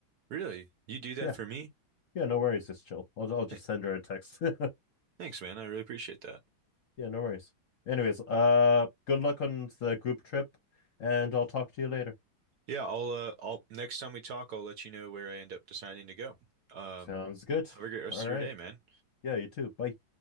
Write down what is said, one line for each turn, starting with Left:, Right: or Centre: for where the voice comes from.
Right: really, you do that
Left: Yeah.
Right: for me?
Left: Yeah, no worries. Just chill. I'll I'll just
Right: Th-
Left: send her a text. <laughs>
Right: Thanks, man. I really appreciate that.
Left: Yeah, no worries. Anyways, uh, good luck on the group trip, and I'll talk to you later.
Right: Yeah, I'll uh I'll next time we talk, I'll let you know where I end up deciding to go. Um,
Left: Sounds good.
Right: have a great rest
Left: All
Right: of
Left: right.
Right: your day, man.
Left: Yeah, you too. Bye.